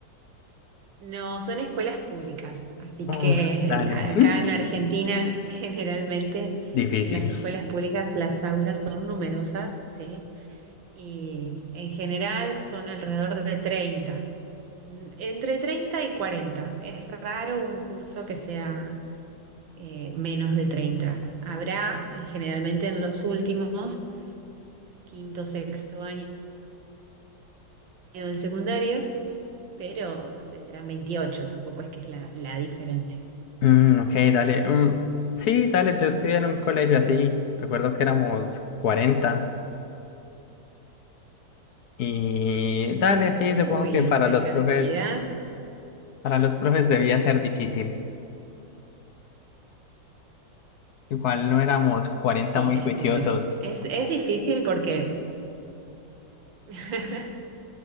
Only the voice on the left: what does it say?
Uf,
dale,
<laughs>
difícil.
Mm, ok, dale. Mm, sí, dale, yo estudié en un colegio así. Recuerdo que éramos 40. Y dale, sí,
supongo que para
los
profes, para los profes debía ser difícil. Igual no éramos 40
muy
juiciosos.